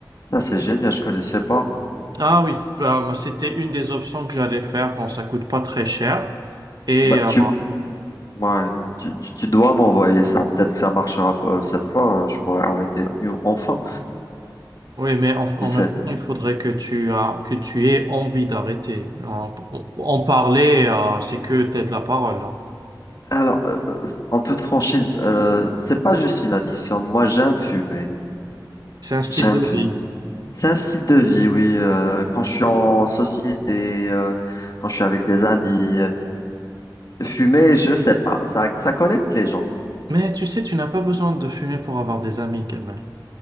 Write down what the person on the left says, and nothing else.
Ça, c'est génial, je connaissais pas.
Bah,
tu, ouais, tu, tu tu dois m'envoyer ça. Peut-être que ça marchera pas euh, cette fois. euh, Je pourrais arrêter euh, enfin.
Qui sait?
Alors, euh, euh, en toute franchise, euh, c'est pas juste une addiction. Moi, j'aime fumer.
J'aime
fumer.
C'est un style de vie, oui. euh, quand je suis en société, euh, quand je suis avec des amis, euh, fumer, je sais pas. Ça, ça connecte les gens.